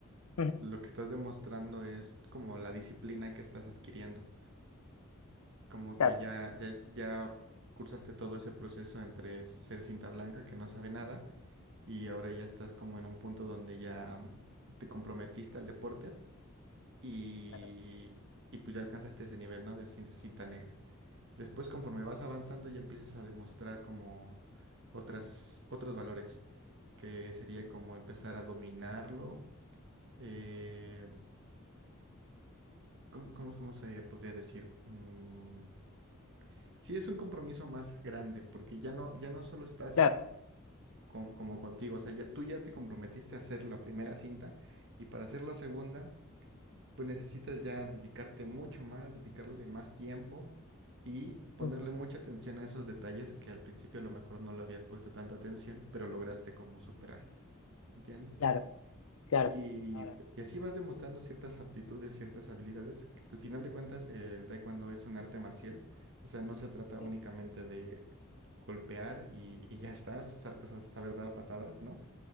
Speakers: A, on the left; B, on the right.
A: Ujú,
B: lo que estás demostrando es como la disciplina que estás adquiriendo, como que
A: Claro,
B: ya, ya, ya cursaste todo ese proceso entre ser cinta blanca que no sabe nada y ahora ya estás como en un punto donde ya mm, te comprometiste al deporte y,
A: claro,
B: y pues ya alcanzaste ese nivel, ¿no? De cinta, cinta negra. Después, conforme vas avanzando, ya empiezas a demostrar como otras, otros valores, que sería como empezar a dominarlo. eh, ¿Cómo, cómo, cómo se podría decir? Mm, sí es un compromiso más grande, porque ya no, ya no solo estás
A: claro.
B: con- como contigo, o sea, ya, tú ya te comprometiste a hacer la primera cinta y para hacer la segunda, pues necesitas ya dedicarte mucho más, dedicarle más tiempo y ponerle
A: ujú,
B: mucha atención a esos detalles que al principio a lo mejor no le habías puesto tanta atención, pero lograste como superar, ¿entiendes?
A: Claro, claro,
B: Y,
A: sí, sí. Ahora.
B: y así vas demostrando ciertas aptitudes, ciertas habilidades. que Al final de cuentas, el taekwondo es un arte marcial, o sea, no se trata
A: Sí,
B: únicamente de golpear y, y ya está, sa- o sea, saber dar patadas, ¿no?